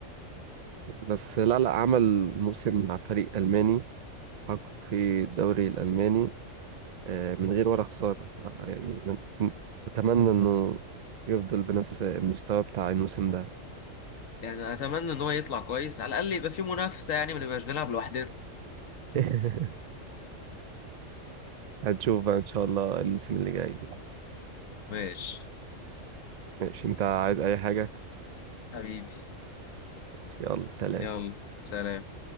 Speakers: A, on the right; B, on the left.
A: بس لا لا عمل موسم مع فريق ألماني حقق في الدوري الألماني آه، من غير ولا خسارة ف- يعني ن- أتمنى إنه يفضل بنفس المستوى بتاع الموسم ده
B: يعني اتمنى ان هو يطلع كويس على الاقل يبقى في منافسة يعني ما نبقاش بنلعب لوحدنا
A: <laughs> هنشوف بقى إن شاء الله الموسم اللي جاي
B: ماشي
A: ماشي أنت عايز أي حاجة؟
B: حبيبي
A: ماشي، يلا سلام
B: يلا سلام